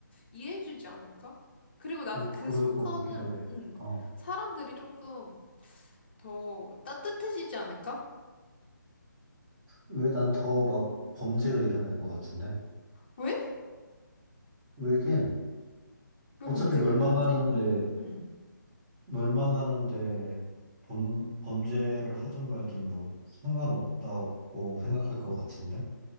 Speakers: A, on the left; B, on the right.
A: 이해해주지 않을까? 그리고 나는
B: 뭐
A: 그
B: 그럴
A: 순간은,
B: 것 같기도 해.
A: 음,
B: 어,
A: 사람들이 조금 더 따뜻해지지 않을까?
B: 왜 난 더 막 범죄가 일어날 것 같은데?
A: 왜?
B: 왜긴
A: 왜
B: 어차피
A: 범죄가
B: 멸망하는데
A: 일어나지? 음.
B: 멸망하는데 범 범죄를 하든 말든 뭐 상관없다고 생각할 것 같은데?